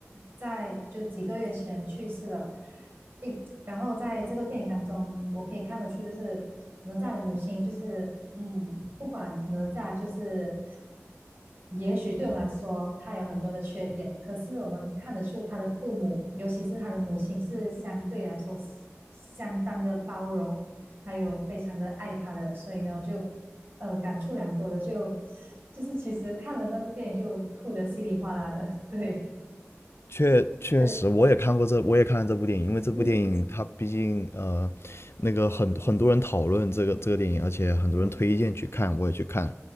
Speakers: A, on the right; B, on the left.
A: 在就几个月前去世了，并然后在这个电影当中，我可以看得出，就是哪吒的母亲就是，嗯，不管哪吒就是，也许对我们来说，他有很多的缺点，可是我们看得出他的父母，尤其是他的母亲，是相对来说是相当的包容，还有非常的爱他的，所以呢，我就，呃，感触良多的，就，就是其实看了那部电影就哭得稀里哗啦的，<laughs> 对，
B: 确确实，
A: 对，
B: 我也看过这，我也看了这部电影，因为这部电影它毕竟呃，
A: 是，
B: 那个很很多人讨论这个这个电影，而且很多人推荐去看，
A: 嗯，
B: 我也去看，